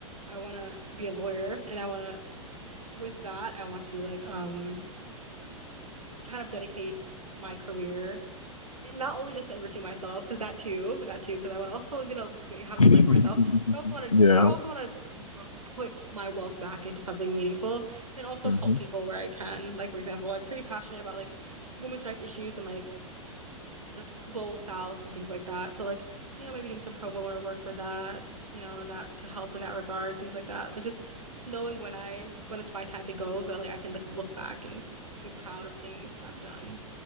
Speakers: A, on the right; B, on the left.
A: I want to be a lawyer, and I want to with that I want to like um kind of dedicate my career not only just enriching myself because that too that too because I want to also you know like, have a
B: <laughs>
A: good life for myself but I also want
B: yeah,
A: to do I also want to put my wealth back into something meaningful and also
B: hmm
A: help people where I can like for example I'm pretty passionate about like women's rights issues and like the global south and things like that so like you know maybe doing some pro bono work for that you know and that to help in that regard things like that like just just knowing when I when it's my time to go that like I can like look back and be proud of things I've done